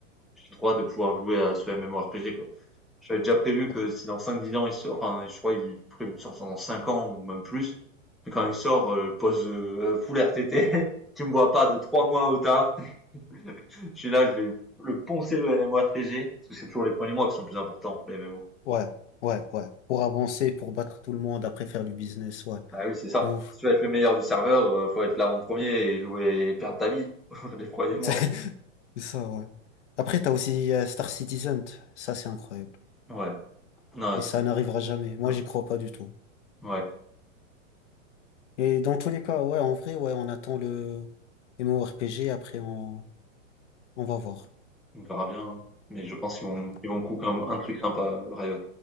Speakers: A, in the centre; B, on the left.
A: j'ai trop hâte de pouvoir jouer à ce MMORPG quoi. J'avais déjà prévu
B: ouais,
A: que si dans cinq dix ans il sort, enfin je crois il est prévu de sortir dans 5 ans ou même plus, mais quand il sort, euh, pose euh, full RTT, <laughs> tu me vois pas de 3 mois au taf, je suis là, je vais le poncer le MMORPG, parce que c'est toujours les premiers mois qui sont plus importants pour les MMO.
B: ouais, ouais, ouais. Pour avancer, pour battre tout le monde, après faire du business, ouais.
A: Ah oui, c'est ça.
B: De ouf.
A: Si tu veux être
B: <laughs>
A: le meilleur du serveur, euh, faut être là en premier et jouer et perdre ta vie <laughs> les premiers mois.
B: C'est c'est ça, ouais. Après, t'as aussi euh, Star Citizen. Ça, c'est incroyable.
A: Ouais, non,
B: Mais ça n'arrivera jamais. Moi,
A: euh,
B: j'y crois pas du tout.
A: ouais,
B: Et dans tous les cas, ouais, en vrai, ouais, on attend le MMORPG, après on, on va voir.
A: on verra bien, hein. mais je pense qu'ils vont,
B: Ouais.
A: ils vont couper un, un truc sympa, Riot.